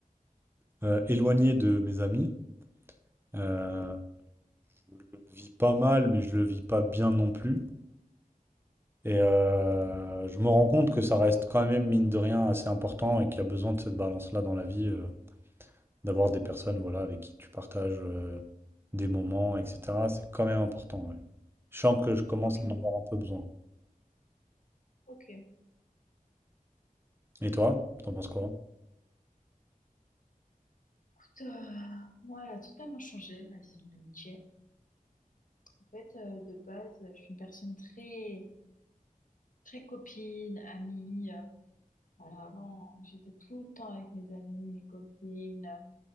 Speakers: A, on the right (about 15°); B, on the left (about 65°).
A: euh, éloigné de mes amis. Euh, je le vis pas mal, mais je le vis pas bien non plus. Et euh, je me rends compte que ça reste quand même, mine de rien, assez important et qu'il y a besoin de cette balance-là dans la vie, euh, d'avoir des personnes voilà, avec qui tu partages euh, des moments, etc. C'est quand même important. ouais. Je sens que je commence
B: Ok,
A: à en Mm. avoir un peu besoin.
B: ok.
A: Et toi, t'en penses quoi?
B: Écoute, euh, moi, elle a totalement changé ma vision de l'amitié. En fait, euh, de base, je suis une personne très, très copine, amie. euh, Voilà, avant, j'étais tout le temps avec mes amis, mes copines.